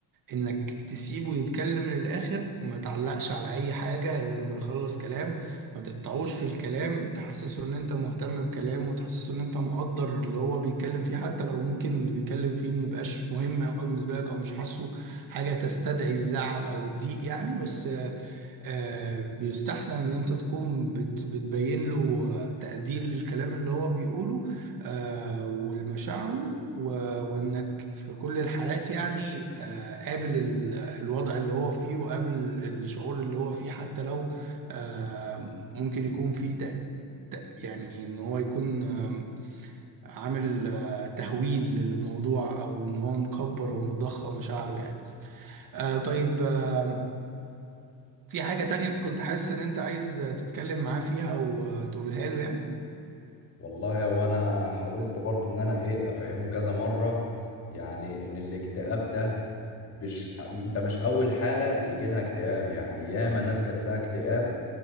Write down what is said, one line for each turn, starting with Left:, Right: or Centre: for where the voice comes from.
Right: انك تسيبه يتكلم للاخر وما تعلقش على اي حاجة الا لما يخلص كلام ما تقطعوش في الكلام تحسسه ان انت مهتم بكلامه وتحسسه ان انت مقدر اللي هو بيتكلم فيه حتى لو ممكن اللي بيتكلم فيه ما يبقاش مهم قوي بالنسبة لك او مش حاسه حاجة تستدعي الزعل او الضيق يعني بس آه، بيستحسن ان انت تكون بت بتبين له آه، تقدير للكلام اللي هو بيقوله آه، والمشاعره و- وانك في كل الحالات يعني آه، قابل ال- الوضع اللي هو فيه وقابل الشعور اللي هو فيه حتى لو آه، ممكن يكون فيه تق- يعني ان هو يكون آم، عامل آه، تهويل للموضوع او ان هو مكبر او مضخم مشاعره يعني آه، طيب آه، في حاجة تانية كنت حاسس إن أنت عايز تتكلم معاه فيها وتقولها له يعني؟
Left: والله وانا حاولت برضو ان انا ايه افهمه كذا مرة يعني ان الاكتئاب ده مش انت مش اول حالة يجي لها اكتئاب يعني ياما ناس جات لها اكتئاب